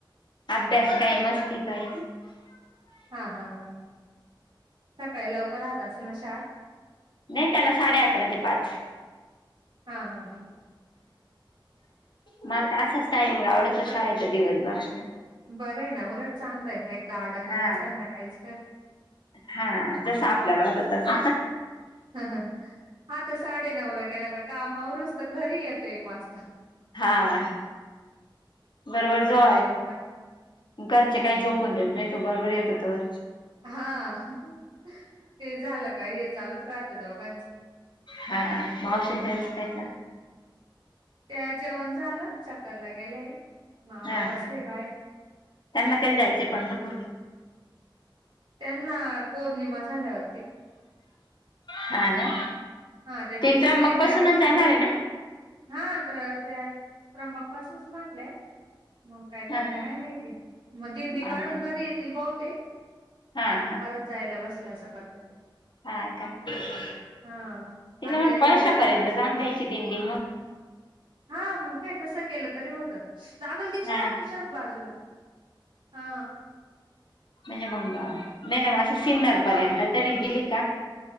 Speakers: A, on the left; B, on the right.
A: अभ्यास काय मस्ती काय,
B: हा हा हा सकाळी लवकर राहत अस ना शाळा,
A: नाही त्याला साडे अकरा ते पाच
B: हा हा हा
A: मग असच टायमिंग आवडतश आहेच दिवसभराच
B: बरं आहे ना उलट चांगलं आहे एकदा अडकले
A: हा
B: का संध्याकाळीच घरी
A: हा जस आपल्याला होत तस
B: ह ह आता साडे नऊ ला गेला का काम घरी येतो एक वाजता.
A: हा बरोबर
B: तेवढ्या
A: जा
B: टायमिंग मध्ये
A: घरचे काय झोपून देत नाहीतो बरोबर येतो तर
B: हा ते झालं का हे चालूच राहतें दोघांच
A: हा माऊशी त्यांचं काय चालं
B: त्या जेवण झालं चक्करला गेलंय. मामा
A: हा
B: बसले
A: हा
B: ये बाहेर,
A: त्यांना कधी जायचंय पंढरपूरला
B: त्यांना पौर्णिमा झाल्यावरती
A: हा ना
B: हा त्या दिवशीच
A: ते त्र्यंबक
B: दिंड्या
A: पासूनच
B: निघणारे
A: जाणार आहे ना
B: हा तर त्या त्र्यंबक पासूनच म्हटलंय. मग काय करते
A: हा हा
B: काय माहिती मग दिंडी काढून
A: अन्ना
B: घरी येतील बहुतेक,
A: हा
B: मग
A: हा
B: परत जायला बसल्या असं करते.
A: हा का तिला
B: हा आता
A: म्हण
B: या
A: पळशापर्यंत
B: जाणार असेल
A: जाऊन
B: मग
A: द्यायची दिंडी मग
B: हा मग काय तस केलं तरी होत लागल तिच्या
A: हा
B: तू सरकं बाजूला हा
A: म्हणजे मंग नाय तर मं असं सिन्नर पर्यंत तरी गेली का